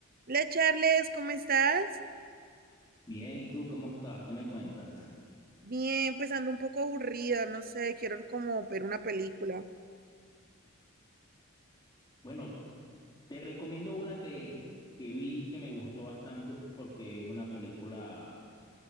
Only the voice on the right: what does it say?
Hola Charles, ¿cómo estás?
Bien, pues ando un poco aburrida, no sé, quiero como ver una película.